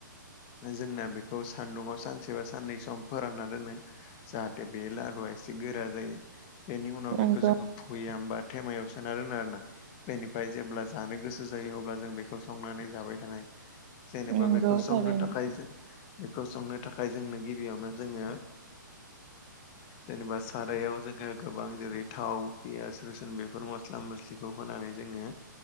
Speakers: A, on the left (about 30°); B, on the right (about 30°).
A: जोंना बेखौ सान्दुंङआव सानसेबा साननै सम फोरानना दोनो जाहाथे बे लादुआ एसे गोरा जायो बेनि उनाव
B: नंगौ
A: बेखौ जोङो फुया होनबा थेमायाव सोना रोङो आरो ना बेनिफ्राय जेब्ला जानो गोसो जायो अब्ला जों बेखौ संनानै जाबाय थानाय जेनेबा
B: नंगौ
A: बेखौ संनो
B: थारैनो
A: थाखाय जों बेखौ संनो थाखाय जोंनो गिबियावनो जोङो जेनेबा सारायाव जोङो गोबां जेरै थाव पियास रुसुन बेफोर मस्ला मस्लि बेखौ होनानै जोङो